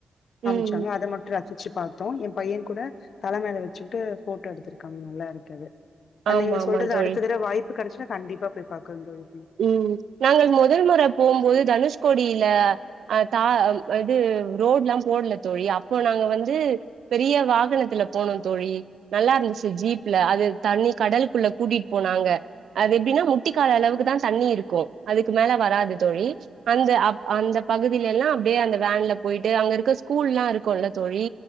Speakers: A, on the right; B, on the left.
A: ம்
B: ச்சாங்க அத மட்டு ரசிச்சு பாத்தோ‌ எ‌ பைய கூட தல மேல வச்சுக்கிட்டு ஃபோட்டோ எடுத்துருக்காங்க நல்லாருக்கு அது அ
A: ஆமா
B: நீங்க
A: ஆமா
B: சொல்றது
A: தோழி
B: அடுத்த தட வாய் ப்பு கடச்சினா கண்டிப்பா போய் பாக்குற தோழி
A: ம் நாங்கள் மொதல் மொற போம்போது தனுஷ்கோடி ல அ தா இது ரோட்லா போட்ல தோழி அப்போ நாங்க வந்து பெரிய வாகனத்துல போனோ தோழி நல்லாருந்துச்சு ஜீப்ல அது தண்ணி கடல்க்குள்ள கூட்டிட் போனாங்க அது எப்டின்னா முட்டி கால் அளவுக்கு தா தண்ணி இருக்கு அதுக்கு மேல வராது தோழி அந்த அப் அந்த பகுதிலெல்லா அப்டியே அந்த வேன்ல போய்ட்டு அங்க இருக்க ஸ்கூல்லா இருக்குல்ல தோழி